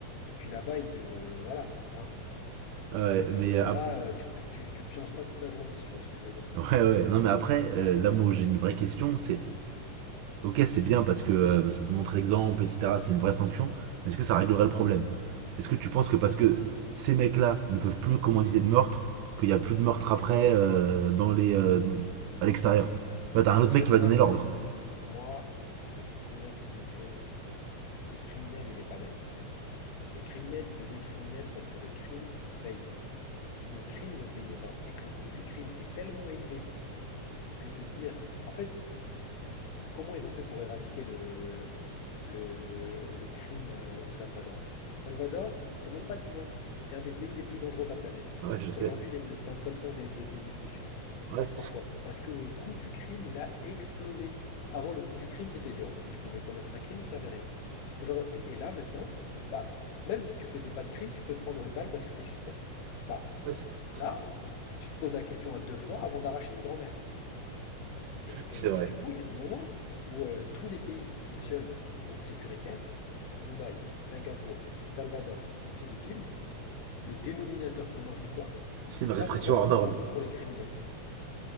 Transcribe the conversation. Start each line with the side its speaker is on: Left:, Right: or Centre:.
Left: Et puis là-bas, ils te. Voilà. Hein.
Right: ouais, mais
Left: Et c'est
Right: euh,
Left: pas. euh, tu peux, tu, tu pionces pas toute la journée, si tu vois ce que je veux dire.
Right: Ouais, ouais. Non, mais après, euh, là, moi, j'ai une vraie question. C'est, ok, c'est bien parce que euh, ça te montre l'exemple, etc. C'est une vraie sanction. Mais est-ce que ça réglerait le problème? Est-ce que tu penses que parce que ces mecs-là ne peuvent plus commanditer de meurtre, qu'il n'y a plus de meurtre après euh, dans les, euh, à l'extérieur? Ouais, t'as un autre
Left: En
Right: mec
Left: fait,
Right: qui va
Left: moi,
Right: donner l'ordre.
Left: moi, je suis convaincu d'une chose. Le criminel, il est pas bête. Le criminel, il devient criminel parce que le crime paye. Si le crime ne payait pas et que le coût du crime était tellement élevé que te dire, en fait, comment ils ont fait pour éradiquer le, le, le- le crime euh, au Salvador? Salvador, il n'y a même pas 10 ans, c'était un des pays les plus dangereux de la planète.
Right: Ouais, je sais.
Left: Aujourd'hui, il est dans le top 5 des, des pays les plus sûrs.
Right: Ouais,
Left: Pourquoi? Parce que le coût du crime, il a explosé. Avant, le coût du crime, c'était zéro. Tu pouvais commettre un crime, il t'avait rien. Aujourd'hui, et là, maintenant, bah, même si tu faisais pas de crime, tu peux te prendre une balle parce que tu es suspect. Bah,
Right: ouais, c'est vrai.
Left: Là, tu te poses la question à deux fois avant d'arracher une grand-mère. Et, et-
Right: <laughs> C'est vrai.
Left: et du coup, il y a un moment où euh, tous les pays qui fonctionnent, donc sécuritaires, Dubaï, Singapour, Salvador, Philippines, le dénominateur commun, c'est quoi?
Right: C'est une répression
Left: Pas de droits fondamentaux
Right: hors norme.
Left: pour les criminels.